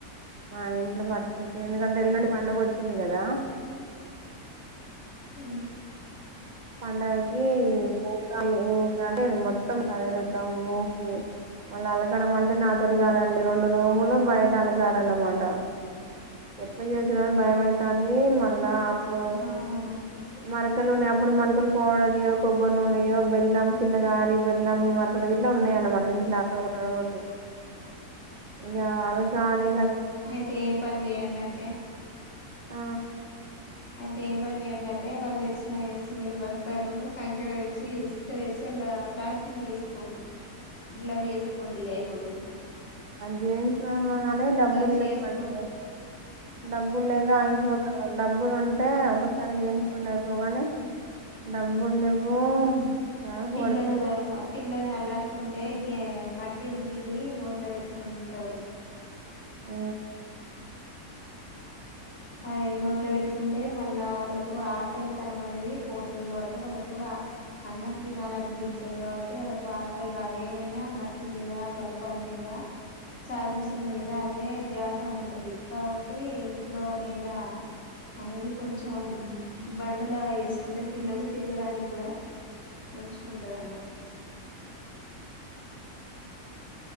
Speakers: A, on the right; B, on the left.
A: మా ఇంట్లో పరిస్థితి ఎందుకంటే ఇల్లుండి పండగ వచ్చింది కదా
B: అ
A: పండగకి ఊకా ఊక అంటే మొత్తం చదిరుతాం ఊకి మళ్ళీ అలకడం అంటే నాతోటి కాదండి రెండు రూములు బయట అలగాాలన్నమాట ఎట్లా చేసుడంని భయమవుతుంది మళ్ళా అప్పుడు
B: అవును
A: మర క ఇప్పుడు మనకలు పౌడర్యో కొబ్బరి నూనెయో బెల్లం కింద గారి బెల్లం మనకలు ఇట్లా ఉన్నాయి అన్నమాట ఇీంట్లో అక్కడ ఒక ఒకటి ఇకలా కానీ ఇ
B: అయితే ఏం పని చేయడి అంటే
A: ఆ
B: అయితే ఏం పని ఏంటంటే వాళ్ళు తెచ్చిన సిమెంట్ బస్తాలను కంకర తెచ్చి ఉసుక తెచ్చి అలా ప్లాస్టిక్ వేసుకోండి ఇిలాబ వేస్కోండి అయిబట్ స
A: జేన్స్ అనుకున్నా కానీ డబ్బులు
B: గచ్చి
A: లేవండి
B: చేసుకోండి
A: డబ్బులు లేక అయిపోతారు డబ్బులు ఉంటే ఒకసారి చేయించుకోండి అయిపోగానీ డబ్బులు లేవు చిరాకు
B: పిల్లుగా
A: పడుతున్నాయి
B: పిల్లు మలా ంటే గ మట్టిని గిల్లి నోట్ల పెట్టుకుంటవు్
A: ఆ
B: అది నోట్లో పెట్టుకుంటే మళ్ళా వాళ్ళకు ఆకలితనం అనేది పోతుంది కాబట్టి వాళ్ళకు అన్నం తినాలనిపించదు కాబట్టి వాళ్ళకు ఆకలి కాదు ఏమైనా మట్టి మీద బలపాల మీద చాగుూసిన మీద అదే ధ్యాస ఉంటది కాబట్టి ఇంట్లో నేల అనేది కొంచెం బండలా వేసుకుంటే పిల్లలు తిరగడానికి కూడా మంచిగుంటది అన్నమాట